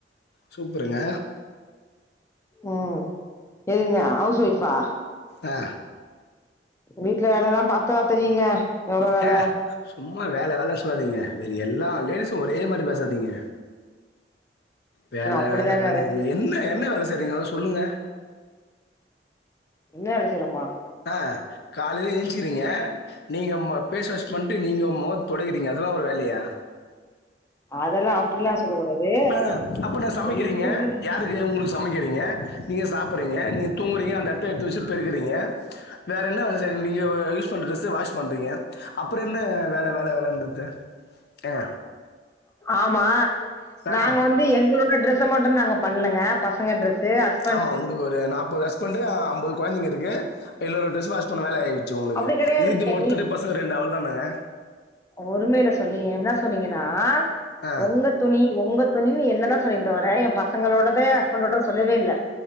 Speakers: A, on the left; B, on the left.
A: சூப்பருங்க
B: ம் எதுங்க ஹவுஸ் ஒய்ஃபா
A: ஆ
B: இப்ப வீட்ல வேலலா பாத்தா தெரியுங்க எவ்ளோ வேல
A: ஏ சும்மா வேல வேலன் சொல்லாதீங்க வேறு எல்லா லேடிஸு ஒரே மாரி பேசாதீங்க வேல
B: இது அப்டிதாங்க
A: வேல வேல
B: வே
A: என்ன என்ன வேல செய்றிங்க சொல்லுங்க
B: என்ன வேல செய்றமா
A: ஆ காலில எச்சிக்கிறீங்க நீங்க ம பேஸ் வாஷ் பண்ட்டு நீங்க மொகத் தொடக்கிறீங்க அதெல்லா ஒரு வேலயா
B: அதெல்லா அப்டிலா சொல்ல கூடாது
A: ஆ அப்பனா சமக்கிறீங்க
B: எல்லாத்துக்கு
A: யாருக்கு உங்களுக் சமைக் கிறிங்க நீங்க சாப்புறீங்க நீங்க தூங்குறீங்க அந்த எடத் த எடுத்து வச்சி பெருக்கிறீங்க வேற என்ன வேல செய்ற நீங்க யூஸ் பண்ற டிரெஸ் வாஷ் பண்றீங்க அப்புற என்ன வேல வேல வேலன்றது ஏங்க
B: ஆமா நாங்க
A: ஆ.
B: வந்து எங்களுக் ட்ரெஸ்ஸ மட்டு நாங்க பண்லங்க பசங்க டிரெஸ்சு ஹஸ்
A: ஆமா உங்ளுக்கு ஒரு நாப்பது ஹஸ்பண்ட்டு ஐம்பது கொழந்தைங்க இருக்கு எல்லோரோட டிரெஸ் வாஷ் பண்ண வேல ஆயி ச்சு உங்ளுக்கு
B: அப்டி கெடையாதுங்க
A: இது இருகுது ஒருத்தர்
B: நீங்க
A: பசங்க ரெண்டு அவ்ளதானுங்க
B: ஒருமைல சொன்னீங்க என்னா சொன்னீங்கனா
A: ஆ.
B: உங்க துணி உங்க துணி என்னதா சொன்னிங்களே தவற எ பசங்களோடத ஹஸ்பண்டோடத சொல்லவே இல்ல